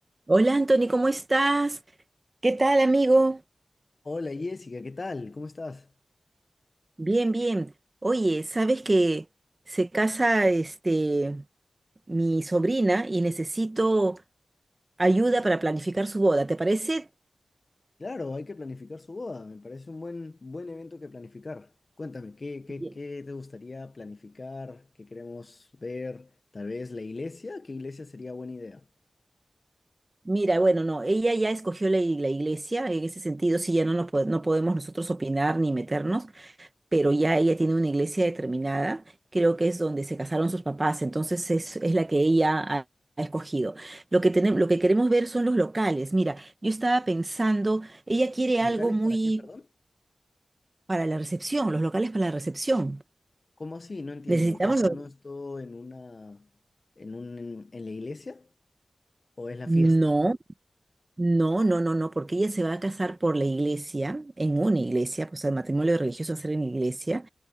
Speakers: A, on the right; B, on the left.
A: Hola Anthony, ¿cómo estás? ¿Qué tal, amigo?
B: Hola Jessica, ¿qué tal? ¿Cómo estás?
A: Bien, bien. Oye, sabes que se casa este mi sobrina y necesito ayuda para planificar su boda, ¿te parece?
B: Claro, hay que planificar su boda, me parece un buen, buen evento que planificar. Cuéntame, ¿qué, qué,
A: Ya.
B: qué te gustaría planificar? ¿Qué queremos ver? Tal vez la iglesia, ¿qué iglesia sería buena idea?
A: Mira, bueno, no, ella ya escogió la, i- la iglesia, en ese sentido sí ya no, nos po- no podemos nosotros opinar ni meternos. pero ya ella tiene una iglesia determinada, creo que es donde se casaron sus papás, entonces es, es la que ella ha, ha escogido. Lo que tenemos, lo que queremos ver son los locales. Mira, yo estaba pensando, ella quiere
B: ¿Locales
A: algo muy
B: para qué, perdón?
A: para la recepción, los locales para la recepción.
B: ¿Cómo así? No entiendo.
A: Necesitamos
B: ¿Acaso
A: los...
B: no es todo en una, en un, en, en la iglesia? ¿O es la
A: No,
B: fiesta?
A: no, no, no, no, porque ella se va a casar por la iglesia, en una iglesia, pues el matrimonio religioso va a ser en iglesia,